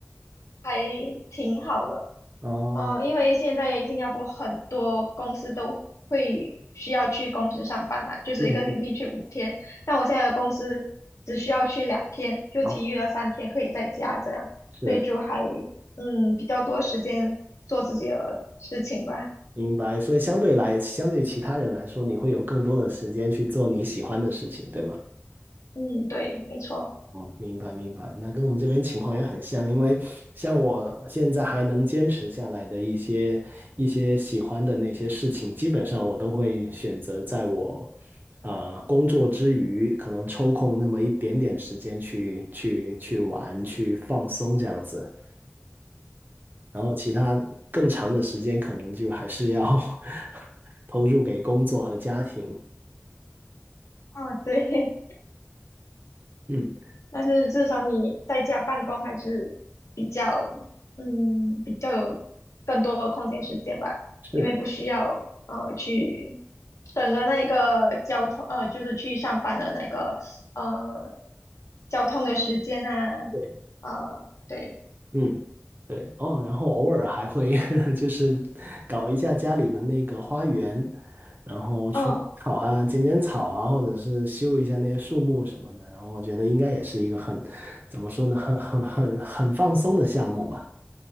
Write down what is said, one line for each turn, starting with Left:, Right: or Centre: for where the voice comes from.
Left: 还挺好的。
Right: 哦，
Left: 哦，因为现在新加坡很多公司都会需要去公司上班嘛，就是一个星期去五天。
Right: 嗯嗯，
Left: 但我现在的公司只需要去两天，就其余的三天可以在家这样，
Right: 好，是。
Left: 所以就还嗯比较多时间做自己的事情吧。
Right: 明白。所以相对来，相对于其他人来说，你会有更多的时间去做你喜欢的事情，对吗？
Left: 嗯，对，没错。
Right: 哦，明白明白。那跟我们这边情况也很像，因为像我现在还能坚持下来的一些一些喜欢的那些事情，基本上我都会选择在我啊、呃工作之余，可能抽空那么一点点时间去去去玩、去放松这样子。然后其他更长的时间，可能就还是要 <laughs> 投入给工作和家庭。
Left: 啊，对，
Right: 嗯，
Left: 但是至少你在家办公还是比较，嗯，比较有更多的空闲时间吧，
Right: 是的，
Left: 因为不需要呃去省了那个交通，呃，就是去上班的那个呃交通的时间啊，
Right: 对，
Left: 呃，对，
Right: 嗯，对，哦，然后偶尔还会 <laughs> 就是搞一下家里的那个花园，然后除草啊、
Left: 嗯
Right: 剪剪草啊，或者是修一下那些树木什么的，然后我觉得应该也是一个很，怎么说呢，很很很很放松的项目吧。